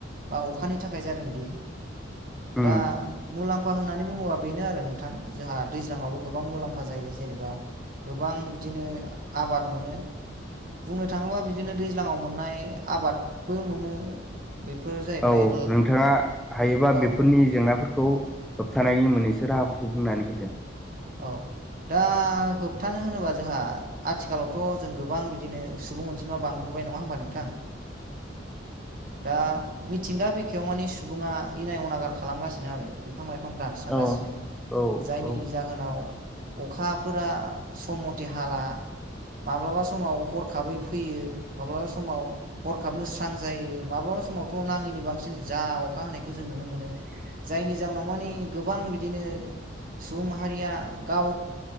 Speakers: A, on the right; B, in the centre.
A: बा अखानि थाखाय जादों बेयो
B: उम
A: दा मुलाम्फा होननानै बुङोबा बेनो आरो नोंथां जोंहा दैज्लाङावबो गोबां मुलाम्फा जायो। जेनेबा गोबां बिदिनो आबाद मोनो बुंनो थाङोबा बिदिनो दैज्लाङाव मोननाय आबादबो मोनो बेफोर जाहैबाय
B: औ
A: ओ
B: नोंथाङा हायोबा
A: औ
B: बेफोरनि जेंनाफोरखौ होबथानायनि मोननैसो राहाफोरखौ बुंनानै होदो।
A: औ दा होबथानो होनोबा जोंहा आथिखालावथ जों गोबां बिदिनो सुबुं अनजिमा बांबोबाय नङा होमबा नोंथां दा मिथिंगा बिखायाव माने सुबुङा इनाय अनागार खालामगासिनो आरो। बिफां लाइफां दानस्रांगासिनो
B: औ औ
A: जायनि
B: औ
A: जाहोनाव अखाफोरा सम मथे हाला माब्लाबा समाव हरखाबै फैयो माब्लाबा समाव हरखाबनो स्रां जायो। माब्लाबा समावथ नाङैनि बांसिन जा अखा हानायखौ जों नुनो मोनो जायनि जाउनाव मानि
B: औ
A: गोबां बिदिनो सुबुं माहारिया गाव